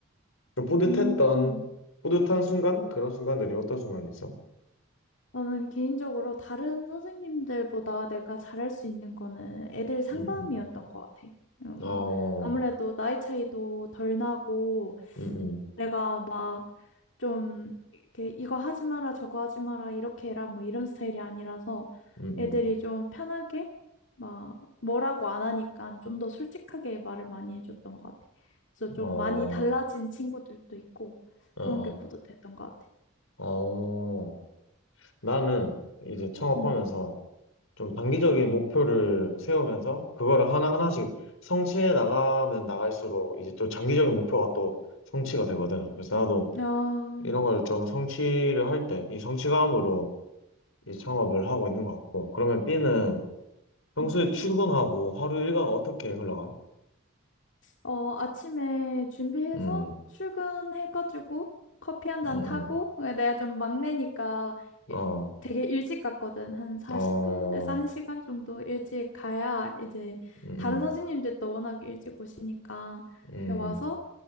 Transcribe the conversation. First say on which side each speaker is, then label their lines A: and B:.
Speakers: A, on the left; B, on the left.
A: 좀 뿌듯했던,
B: 음, 음.
A: 뿌듯한 순간? 그런 순간들이 어떤 순간이 있어?
B: 나는 개인적으로 다른 선생님들보다 내가 잘할 수 있는 거는 애들 상담이었던
A: 음, 음.
B: 것 같아. 음,
A: 어,
B: 아무래도 나이 차이도 덜 나고,
A: 음, 음,
B: 내가 막 좀 이렇게 이거 하지 마라 저거 하지 마라 이렇게 해라 뭐 이런 스타일이 아니라서
A: 음,
B: 애들이 좀 편하게 막 뭐라고 안 하니까 좀 더 솔직하게 말을 많이 해줬던 것 같아. 그래서
A: 음.
B: 좀
A: 어,
B: 많이 달라진 친구들도 있고
A: 어,
B: 그런
A: 어.
B: 게 뿌듯했던 것 같아.
A: 어. 나는 이제 창업하면서
B: 음.
A: 좀 단기적인 목표를 세우면서 그거를 하나하나씩 성취해 나가면 나갈수록 이제 또 장기적인 목표가 또 성취가 되거든. 그래서 나도
B: 아,
A: 이런 걸 좀 성취를 할 때 이 성취감으로 이 창업을 하고 있는 것 같고. 그러면 B는 평소에
B: 음.
A: 출근하고 하루 일과가 어떻게 흘러가?
B: 어, 아침에 준비해서
A: 음,
B: 출근해가지고 커피 한 잔
A: 음,
B: 타고
A: 음,
B: 어, 내가 좀 막내니까 일-
A: 음. 어,
B: 되게 일찍 갔거든. 한 40분에서
A: 어,
B: 1시간 정도 일찍 가야 이제
A: 음,
B: 다른 선생님들도 워낙 일찍 오시니까
A: 음,
B: 이렇게 와서